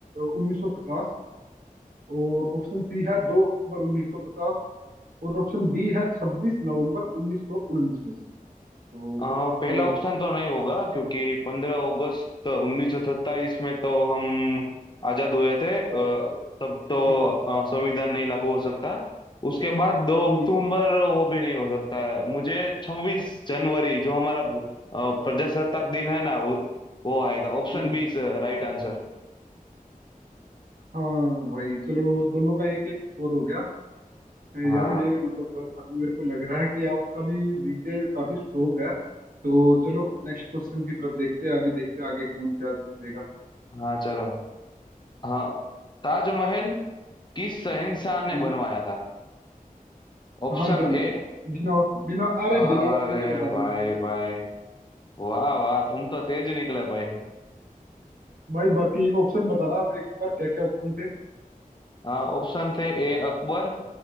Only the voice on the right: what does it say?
उन्नीस सौ पचास और ऑप्शन सी है दो अक्टूबर उन्नीस सौ पचास और ऑप्शन डी है छब्बीस नवंबर उन्नीस सौ उनचास तो
बताओ
आप
हाँ हाँ
हम्म
हम्म
हाँ भाई चलो दोनों का एक एक स्कोर हो गया
यार ये मतलब अभी मेरे को लग रहा है कि आपका भी जीके काफी स्ट्रोंग है तो चलो नेक्स्ट क्वेश्चन की तरफ देखते हैं अभी देखते हैं आगे कौन क्या करेगा
हम्म
शाहजहां
ने बिना बिना अरे
बिना ऑप्शन के बता
दूंगा यार मैं इसका
तो
<laughs> भाई बाकी ऑप्शन बताना आप एक बार क्या क्या ऑप्शन थे